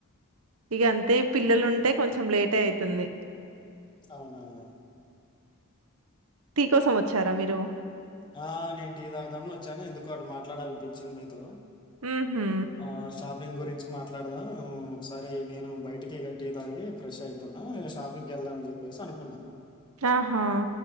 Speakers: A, on the right; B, on the left.
A: ఇక అంతే పిల్లలు ఉంటే కొంచెం లేట్ అవుతుంది
B: అవునవు
A: టీ కోసం వచ్చారా మీరు?
B: ఆ నేంటి తాగుదామని వచ్చాను ఎందుకు మాట్లాడాలనిపించింది మీతో
A: ఉహూ
B: ఆ షాపింగ్ గురించి మాట్లాడదాం ఒకసారి నేను బయటికి గట్టి తాగి ఫ్రెష్ అవుతున్నా షాపింగ్కి వెళ్దామని చెప్పేసి అనుకున్నాను
A: ఆహా